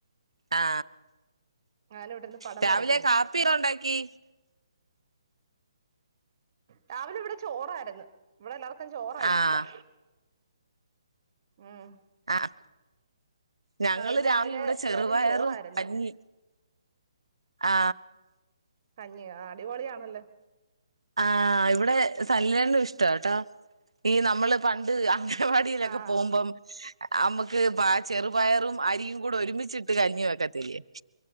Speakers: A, on the right; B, on the right.
A: ആ
B: അങ്ങനെ ഇവിടെ ഇരുന്ന് പടം
A: രാവിലെ
B: വരയ്ക്കുന്നു
A: കാപ്പി <unintelligible> ഉണ്ടാക്കി
B: രാവിലെ ഇവ്ടെ ചോറയിര്ന്ന് ഇവ്ടെ എല്ലാർക്ക് ക്കെ ചോറാ ഇഷ്ടം
A: ആഹ്
B: ഉം
A: അ അ ഞങ്ങള്
B: ആ
A: രാവിലെ ഇവ്ടെ ചെറുപയറും
B: എല്ലാരും ചോറായിരുന്നു
A: കഞ്ഞി ആ
B: കഞ്ഞിയൊ ആ ടിപൊളിയാണെല്ലൊ
A: ആ ഇവ്ടെ <unintelligible> ഇഷ്ടാട്ടൊ ഈ നമ്മള് പണ്ട് അ അംഗവാടിലൊക്ക
B: ആഹ്
A: പോവുമ്പം അമ്മക്ക് പ ചെറുപയറും അരിയും കൂടെ ഒരുമിച്ചിട്ട് കഞ്ഞി വെക്കെത്തില്ലെ